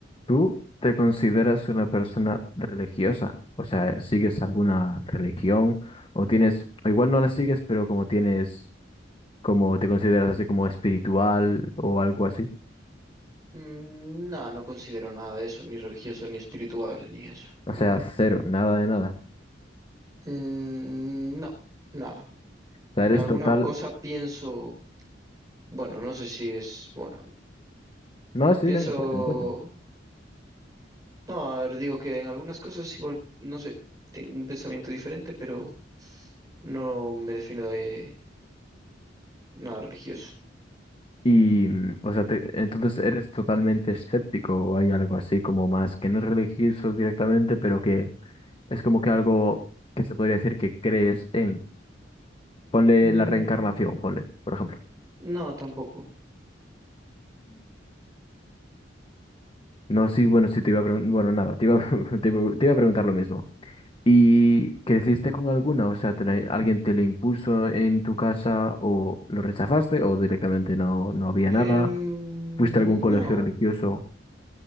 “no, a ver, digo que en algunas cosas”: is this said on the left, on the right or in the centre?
Right